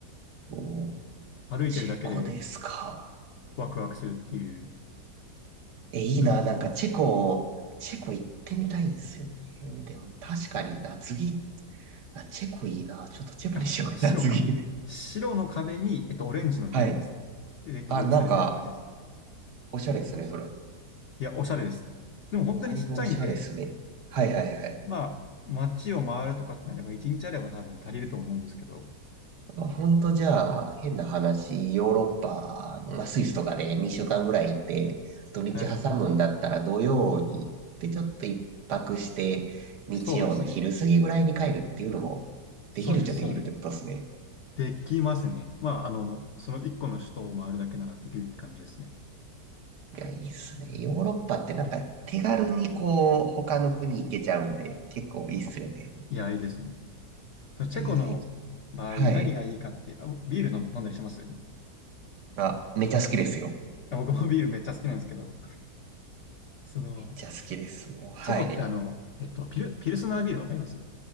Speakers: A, on the right; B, on the left.
A: おー、
B: 歩いてるだけで
A: チェコですか。
B: ワクワクするっていう
A: え、いいな。
B: 感じで。
A: なんかチェコ、チェコ行ってみたいんですよね。でも、確かに、夏着っあ、チェコいいな。ちょっとチェコにしようかな、
B: あ、白か。
A: 次。<laughs>
B: 白の壁に、えっと、オレンジの屋根ですね。
A: はい。
B: で、で統一されてるって感じです。
A: あ、なんか、おしゃれですね、
B: そうそう。
A: それ。
B: いや、おしゃれです。でも本当にちっちゃいんで、
A: だいぶおしゃれですね。はいはいはい。
B: まあ、街を回るとかってなれば、一日あれば多分足りると思うんですけど。
A: まあほんとじゃあ、変な話、ヨーロッパの、まあ、スイスとかで2週間ぐらい行って、土日挟むんだったら土曜に行って、
B: はい。
A: ちょっと一泊して、日曜の昼過ぎぐらいに帰るっていうのも、
B: そうですね。そうです、
A: できるっちゃできるってことですね。
B: そうです。できますね。まあ、あの、その一個の首都を回るだけならできるって感じですね。
A: いや、いいっすね。ヨーロッパってなんか手軽にこう、
B: てか、
A: 他の国行けちゃうんで、結構いいっすよね。
B: いや、いいですね。そのチェコの場合、
A: で、はい。
B: 何がいいかって、あ、ビール飲飲んだりします
A: あ、めっちゃ好きですよ。
B: あ、僕もビールめっちゃ好きなんですけど、その、
A: めっちゃ好きです。もう、はい。
B: チェコってあの、えっと、ピル、ピルスナービールわかります